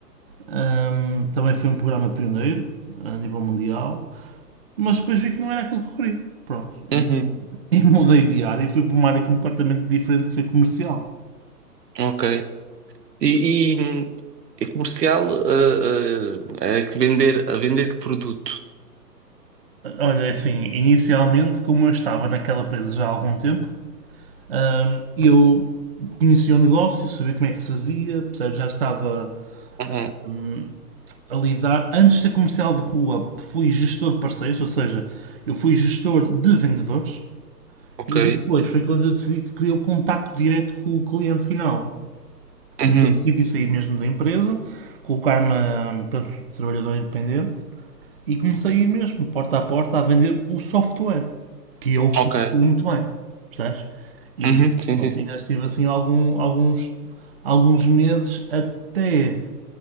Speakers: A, on the right (about 40°); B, on the right (about 75°).
A: Um, também foi um programa pioneiro a nível mundial. Mas depois vi que não era aquilo que eu queria. Pronto. E,
B: Uhum,
A: <laughs> e mudei de área e fui para uma área completamente diferente que foi comercial.
B: ok. E, e, e comercial uh, uh, é que vender, a vender que produto?
A: Olha, é assim, inicialmente, como eu estava naquela empresa já há algum tempo, hum, eu conhecia o negócio, sabia como é que se fazia, percebes? Já estava
B: Uhum,
A: hum, a lidar. Antes de ser comercial de rua, fui gestor de parceiros, ou seja, eu fui gestor de vendedores.
B: ok.
A: E depois foi quando eu decidi que queria o contacto direto com o cliente final.
B: Uhum,
A: Então decidi sair mesmo da empresa, colocar-me pronto, trabalhador independente e comecei a ir mesmo, porta a porta, a vender o software, que eu conhecia
B: ok.
A: muito bem, percebes? E
B: Uhum, sim,
A: pronto,
B: sim, sim.
A: ainda estive assim algum- alguns, alguns meses até